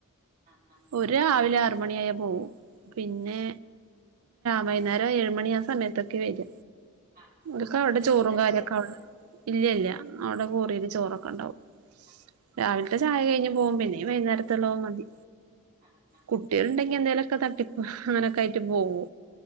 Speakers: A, on the right; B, on the right.
A: ആഹ് ആഹ്
B: ഒരു രാവിലെ ആറ് മണി ആയാ പോവും പിന്നെ
A: ആഹ്
B: വൈകുന്നേരം ഏഴ്മണി ആ സമയത്തൊക്കെ വരിക
A: ആഹ് അപ്പൊ
B: ഒക്ക അവിടെ
A: ഉച്ചക്ക്
B: ചോറും
A: വിടലുണ്ടാവൂലല്ലേ
B: കാര്യൊക്കെ ഇല്ലല്ല
A: ആഹ്
B: അവിടെ <unintelligible> ചോറൊക്കെ ഉണ്ടാവും
A: ആഹ്
B: രാവിലത്തെ
A: ശരി
B: ചായ കഴിഞ്ഞ് പോകുമ്പന്നെ വൈകുന്നേര എത്തളവ മതി
A: ആഹ് ആഹ്
B: കുട്ടികളുണ്ടെങ്കി <unintelligible> തട്ടിപ്പ് അങ്ങനെക്കെ ആട്ട് പോകോ